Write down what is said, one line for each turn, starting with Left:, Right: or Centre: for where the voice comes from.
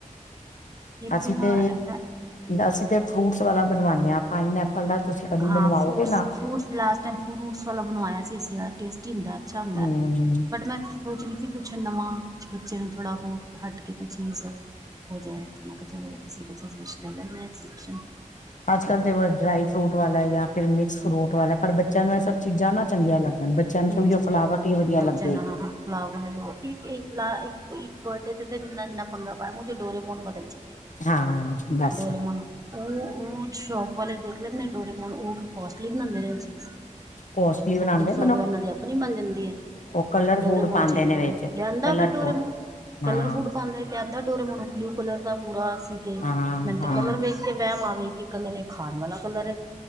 Right: ਇੱਥੇ
Left: ਅਸੀਂ
Right: ਨਾ
Left: ਤੇ
Right: ਹੈ ਹਾਂਜੀ ਹਾਂਜੀ
Left: ਅਸੀਂ ਤੇ ਫਰੂਟਸ ਵਾਲਾ ਬਣਵਾਣੇ ਹਾਂ ਪਾਈਨ ਐਪਲ। ਐੱਪਲ ਦਾ ਤੁਸੀਂ ਕਦੀ
Right: ਹਾਂ
Left: ਬਣਵਾਓਗੇ
Right: ਫਰੂਟਸ
Left: ਨਾ।
Right: ਫਰੂਟਸ ਲਾਸਟ ਟਾਇਮ ਫਰੂਟਸ ਵਾਲਾ ਬਣਵਾਇਆ ਸੀ ਅਸੀ। ਟੇਸਟੀ ਹੁੰਦਾ ਅੱਛਾ ਹੁੰਦਾ
Left: ਹਮ
Right: ਬਟ ਮੈਂ। ਸੋਚ ਰਹੀ ਸੀ ਕੁਛ ਨਵਾਂ ਕੁਛ ਬੱਚੇ ਨੂੰ ਥੋੜਾ ਹੋਰ ਹਟ ਕੇ ਕੋ ਚੀਜ਼। ਹੋ ਜਾਏ ਤਾਂ ਮੈਂ ਕਿਹਾ ਚਲੋ। <unintelligible> ਕੋ ਸ ਲ
Left: ਅੱਜ ਕੱਲ੍ਹ ਤੇ ਬਸ ਡਰਾਈ ਫਰੂਟ ਵਾਲਾ ਹੈ ਯਾ ਫਿਰ ਮਿਕਸ ਫਰੂਟ ਵਾਲਾ ਹੈ ਪਰ ਬੱਚਿਆਂ ਨੂੰ ਇਹ ਸਭ ਚੀਜ਼ਾਂ ਨਾ ਚੰਗੀਆਂ ਲੱਗਣ। ਨੂੰ
Right: ਨਹੀਂ
Left: ਤਾਂ ਉਹੀਓ
Right: ਚੰਗੇ
Left: ਫਲਾਵਟ
Right: ਰਦੇ
Left: ਹੀ ਵਧੀਆ ਲੱਗੇਗੀ।
Right: ਬੱਚਿਆਂ ਨੇ ਹ ਫਲਾਵਰ ਲ। ਇੱਕ ਬਰਥਡੇ ਤੇ ਇੰਨਾ ਪੰਗਾ ਪਾਇਆ ਮੁਝੇ ਡੋਰੇਮੋਨ ਵਾਲਾ ਹੀ ਚਾਹੀਏ।
Left: ਹਾਂ ਬੱਸ।
Right: ਡੋਰੇਮੋਨ ਉਹ ਉਹ ਸ਼ੋਪ ਵਾਲੇ ਦੇਖ ਲੈਂਦੇ ਨੇ ਡੋਰੇਮੋਨ ਉਹ ਫਿਰ ਕੋਸਟਲੀ ਬਣਾਉਂਦੇ ਨੇ ਚੀਜ਼।
Left: ਕੋਸਟਲੀ ਬਣਾਉਂਦੇ।
Right: ਸੌ ਦੋ ਸੌ ਰੁਪਇਆ ਇਹਨਾਂ ਦੀ ਆਪਣੀ ਬਣ ਜਾਂਦੀ ਹੈ
Left: ਕਲਰ
Right: ਡੋਰੇ
Left: ਫੂਡ
Right: ਮੁੋਨ
Left: ਪਾਂਦੇ
Right: ਚ ਹੀ
Left: ਨੇ
Right: ਡੋਰੇ
Left: ਵਿੱਚ
Right: ਲਿਆਂਦਾ
Left: ਕਲਰਫੁਲ
Right: ਫਿਰ ਡੋਰੇਮੋਨ। ਕਲਰ
Left: ਹਾਂ।
Right: ਫੁਡ ਪਾਉਂਦੇ ਜਿਆਦਾ ਡੋਰੇਮੋਨ ਬਲੂ ਕਲਰ ਦਾ ਪੂਰਾ ਸੀਗਾ ਕੇਕ।
Left: ਹਾਂ-ਹਾਂ
Right: ਮੈਨੂੰ ਤੇ ਕਲਰ ਵੇਖ। ਕਿ ਵਹਿਮ ਆਵੇ ਕਿ ਕਲਰ ਇਹ ਖਾਣ ਵਾਲਾ ਕਲਰ ਏ,